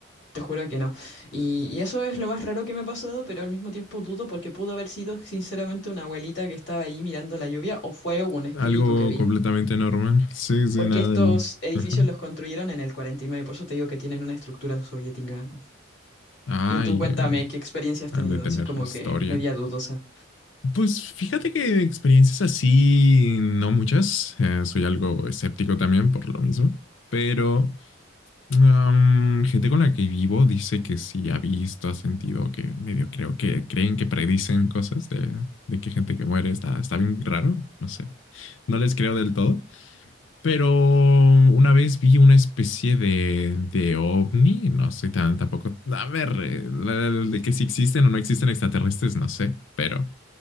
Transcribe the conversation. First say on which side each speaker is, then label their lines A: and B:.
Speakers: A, on the left; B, on the left.
A: te juro que no. Y, y eso es lo más raro que me ha pasado, pero al mismo tiempo dudo porque pudo haber sido sinceramente una abuelita que estaba ahí mirando la lluvia o fue un espíritu
B: Claro. Algo
A: que vi.
B: completamente normal. Sí, sí,
A: Porque
B: nada
A: estos
B: del.
A: edificios
B: Ajá.
A: los construyeron en el cuarenta y nueve por eso te digo que tienen una estructura soviética
B: Ay,
A: Y tú cuéntame
B: ah,
A: qué experiencia has
B: han
A: tenido,
B: de tener
A: así como
B: historia.
A: que media dudosa.
B: Pues fíjate que experiencias así, no muchas. Eh, soy algo escéptico también por lo mismo. Pero am, gente con la que vivo dice que sí ha visto, ha sentido que medio creo que creen que predicen cosas de, de que gente que muere está, está bien raro. No sé. No les creo del todo. Pero una vez vi una especie de, de ovni, no soy tan tampoco, a ver, eh, la- la- de que si existen o no existen extraterrestres, no sé, pero